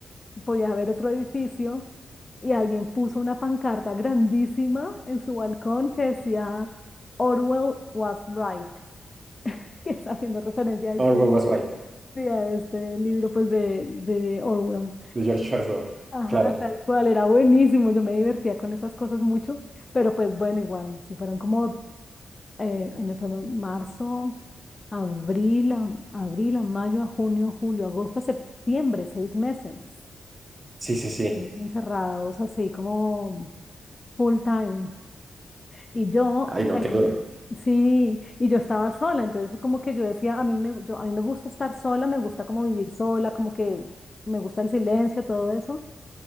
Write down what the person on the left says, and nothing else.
podías ver otro edificio y alguien puso una pancarta grandísima en su balcón que decía Orwell was right, <laughs> que está haciendo referencia a este,
sí, a este libro pues de, de Orwell.
Ajá,
tal cual, era buenísimo, yo me divertía con esas cosas mucho, pero pues bueno, igual, si fueron como eh, en el- fue marzo, abril, a- abril, a mayo, a junio, a julio, agosto, a septiembre, seis meses.
Estuvimos Encerrados así como full time. Y yo
tengo
una- sí, y yo estaba sola, entonces como que yo decía, a mí me, yo, a mí me gusta estar sola, me gusta como vivir sola, como que me gusta el silencio, todo eso.